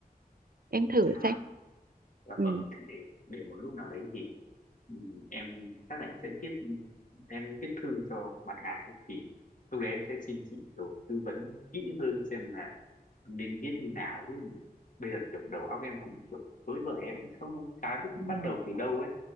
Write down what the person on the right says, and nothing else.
em thử
xem
ừ.
Dạ.